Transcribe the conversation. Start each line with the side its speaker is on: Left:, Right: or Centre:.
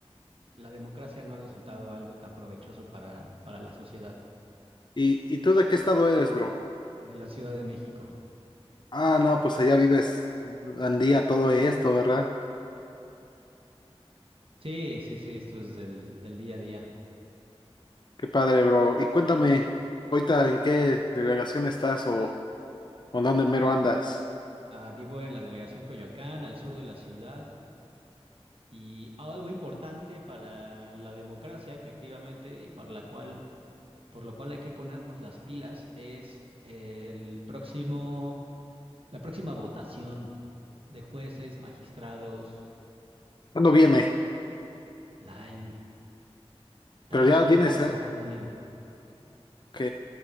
Right: la democracia no ha resultado algo tan provechoso para, para la sociedad
Left: y, ¿y tú de qué estado eres, bro?
Right: de la Ciudad de México.
Left: Ah, no, pues allá vives Andía, todo esto, ¿verdad?
Right: Sí, sí, sí, esto es del, del día a día.
Left: Qué padre, bro. Y cuéntame, ahorita en qué delegación estás o, o dónde mero andas.
Right: Ah, vivo en la delegación Coyoacán, al sur de la ciudad, y algo importante para la democracia, efectivamente, y para la cual por lo cual hay que ponernos las pilas, es el próximo, la próxima votación de jueces, magistrados,
Left: ¿Cuándo viene?
Right: la in- tal
Left: Pero
Right: vez
Left: ya
Right: por,
Left: viene cerca.
Right: por junio.
Left: Ok.